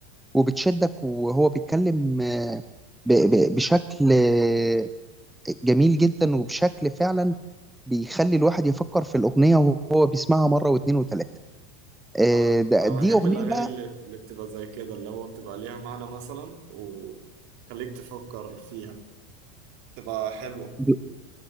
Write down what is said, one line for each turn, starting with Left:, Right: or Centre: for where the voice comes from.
Centre: وبتشدك وهو بيتكلم آه، ب... ب... بشكل آه، جميل جدا وبشكل فعلا بيخلي الواحد يفكر في الاغنيه وهو بيسمعها مره واثنين وثلاثه آه،
Right: انا
Centre: ده-
Right: انا
Centre: دي
Right: بحب
Centre: اغنيه
Right: الاغاني
Centre: بقى
Right: اللي, اللي بتبقى زي كده اللي هو بتبقى ليها معنى مثلا وخليك تفكر فيها بتبق حلوة
Centre: ب...